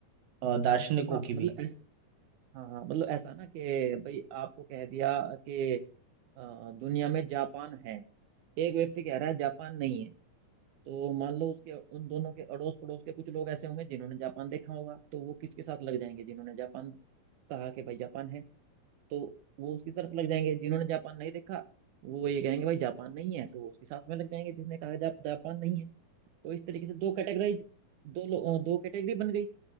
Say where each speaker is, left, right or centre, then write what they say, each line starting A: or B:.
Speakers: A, on the right; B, on the right.
A: अ, दार्शनिकों
B: हाँ
A: की
B: मतलब
A: भी
B: ऐस, हाँ हाँ मतलब ऐसा ना कि भाई आपको कह दिया कि अ, दुनिया में जापान है एक व्यक्ति कह रहा है जापान नहीं है तो मान लो उसके उन दोनों के अड़ोस पड़ोस के कुछ लोग ऐसे होंगे जिन्होंने जापान देखा होगा तो वो किसके साथ लग जाएंगे जिन्होंने जापान कहा कि भाई जापान है तो वो उसकी तरफ लग जाएंगे जिन्होंने जापान नहीं देखा वो ये कहेंगे भाई जापान नहीं है तो वो उसके साथ में लग जाएंगे जिसने कहा जा, जापान नहीं है तो इस तरीके से दो कैटेगराइज दो लो, अ, दो कैटेगरी बन गई